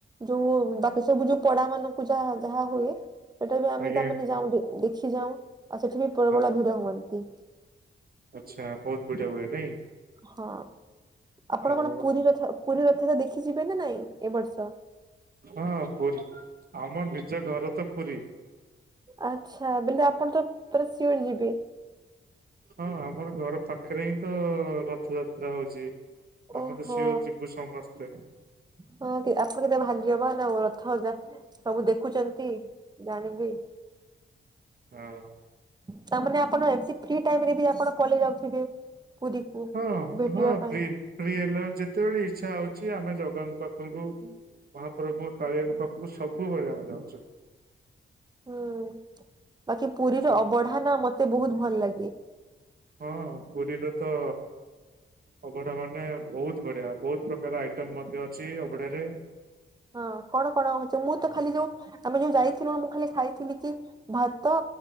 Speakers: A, on the right (about 20°); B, on the right (about 45°).
A: ଯୋଉ ବାକି ସବୁ ଯୋଉ ପଡା ମାନଙ୍କୁ ଯାହା ଯାହା ହୁଏ। ସେଟା ବି ଆମେ
B: ଆଜ୍ଞା
A: ତାମାନେ ଯାଉ ଯୋ ଦେଖି ଯାଉ ଆଉ ସେଠି ବି ପ୍ରବଳ
B: ହଁ।
A: ଭିଡ ହୁଅନ୍ତି।
B: ଆଚ୍ଛା ବହୁତ ଭିଡ଼ ହୁଏ ନାଇଁ?
A: ହଁ, ଆପଣ
B: ଆଉ
A: କଣ ପୁରୀ ରଥ ପୁରୀ ରଥ ଦେଖିଯିବେ ନା ନାଇଁ? ଏ ବର୍ଷ।
B: ହଁ ପୁରୀ ଆମ ନିଜ ଘର ତ ପୁରୀ।
A: ଆଚ୍ଛା ବେଲେ ଆପଣ ତ ପୁରା ସିଓର ଯିବେ।
B: ହଁ ଆମର ଘର ପାଖରେ ହିଁ ତ ରଥଯାତ୍ରା ହଉଛି। ଆମେ
A: ଓହୋ।
B: ତ ସିଓର ଯିବୁ ସମସ୍ତେ।
A: ହଁ କି ଆପଣ ତ ଭାଗ୍ୟବାନ ଆଉ ରଥ ଯା ସବୁ ଦେଖୁଛନ୍ତି ଜାଣିବି।
B: ହଁ।
A: ତାମାନେ ଆପଣ ଏମତି ଫ୍ରି ଟାଇମ ରେ ବି ଆପଣ କଲେ ଯାଉଥିବେ। ପୁରୀକୁ
B: ହଁ
A: ଭେଟିବା
B: ହଁ
A: ପାଇଁ
B: ଫ୍ରି। ଫ୍ରି ହେଲେ ଯେତେବେଳେ ଇଚ୍ଛା ହଉଛି ଆମେ ଜଗାଙ୍କ ପାଖକୁ। ମହାପ୍ରଭୁ କାଳିଆଙ୍କ ପାଖକୁ ସବୁବେଳେ ଆମେ ଯାଉଛୁ।
A: ହୁଁ ବାକି ପୁରୀର
B: ସ-
A: ଅବଢା ନା ମତେ ବହୁତ ଭଲ ଲାଗେ।
B: ହଁ ପୁରୀରେ ତ। ଅଭଡା ମାନେ ବହୁତ ବଢିଆ ବହୁତ ପ୍ରକାର ଆଇଟମ ମଧ୍ୟ ଅଛି ଅଭଢାରେ।
A: ହଁ କଣ କଣ ହଉଚ? ମୁଁ ତ ଖାଲି ଯୋଉ ଆମେ ଯୋଉ ଯାଇଥିଲୁ, ମୁଁ ଖାଲି ଖାଇଥିଲି କି, ଭାତ